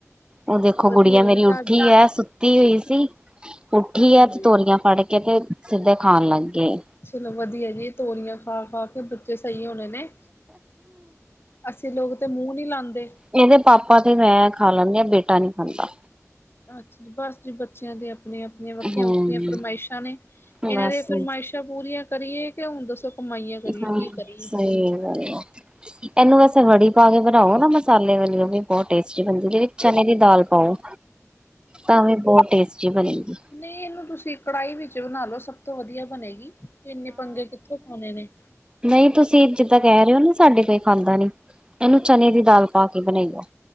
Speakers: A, on the right; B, on the left.
A: ਉਹ ਦੇਖੋ
B: ਵਧੀਆ
A: ਗੁੜੀਆਂ ਮੇਰੀ
B: ਜੀ ਤੁਹਾਡਾ,
A: ਊੱਠੀ ਐ। ਤੀ ਹੋਈ ਸੀ। ਉੱਠੀ
B: ਹਾਂਜੀ।
A: ਏ ਤੇ ਤੋਰੀਆਂ ਫੜ ਕੇ ਤੇ ਸਿੱਧੇ ਖਾਣ ਲੱਗ ਗਈ।
B: ਚਲੋ ਵਧੀਆ ਜੀ ਤੋਰੀਆਂ ਖਾ-ਖਾ ਕੇ ਜੇ ਸਹੀ ਹੋਣੇ ਨੇ, ਅੱਸੀ ਲੋਕ ਤੇ ਮੂੰਹ ਨਹੀਂ ਲਾਦੇ।
A: ਇਹਦੇ ਪਾਪਾ ਤੇ ਮੈਂ ਖਾ ਲੈਂਦੀ ਆ, ਬੇਟਾ ਨੀ ਖਾਂਦਾ।
B: ਅੱਛਾ ਜੀ, ਬਸ ਜੀ ਬੱਚਿਆਂ ਦੀ ਆਪਣੀਆਂ-ਆਪਣੀਆਂ ਵੱਖੀਆਂ-ਵੱਖਰੀਆਂ
A: ਹੂੰ।
B: ਫਰਮਾਇਸ਼ਾਂ ਨੇ
A: ਬਸ
B: ਇਹਨਾਂ ਦੀ ਫਰਮਾਇਸ਼ਾਂ ਪੂਰੀਆਂ ਕਰੀਏ ਕਿ ਹੁਣ ਦੱਸੋ ਕਮਾਈਆਂ ਕਰੀਏ
A: ਹਾਂ
B: ਕੀ ਕਰੀਏ
A: ਸਹੀ ਗੱਲ ਏ। ਇਹਨੂੰ ਵੈਸੇ ਵੜੀ ਪਾ ਕੇ ਬਣਾਓ ਨਾ ਮਸਾਲੇ ਵਾਲੀ ਬਹੁਤ ਟੇਸਟੀ ਬਣਦੀ ਲੇਕਿਨ ਚਨੇ ਦੀ ਦਾਲ ਪਾਓ। ਤਾਂ ਵੀ ਬਹੁਤ ਟੇਸਟੀ ਬਣੇਗੀ।
B: ਨਈ ਇਹਨੂੰ ਤੁਸੀਂ ਕੜਾਹੀ ਵਿੱਚ ਬਣਾ ਲਓ, ਸਭ ਤੋਂ ਵਧੀਆ ਬਣੇਗੀ ਇੰਨੇ ਪੰਗੇ ਕਿੱਥੋਂ ਪਾਉਣੇ ਨੇ।
A: ਨਈ, ਤੁਸੀਂ ਜਿੱਦਾਂ ਕਹਿ ਰਹੇ ਹੋ ਨਾ, ਸਾਡੇ ਕੋਈ ਖਾਂਦਾ ਨਹੀਂ ਇਹਨੂੰ ਚਨੇ ਦੀ ਦਾਲ ਪਾ ਕੇ ਬਣਾਈਓ